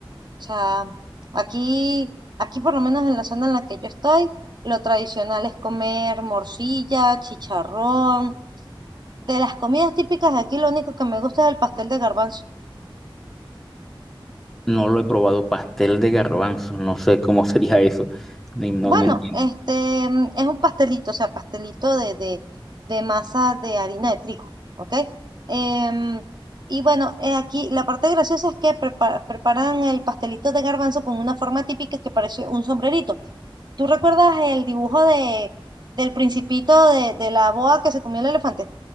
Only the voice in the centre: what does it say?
no lo he probado, pastel de garbanzo, no sé cómo <laughs> sería eso. Ni- No,
no entiendo.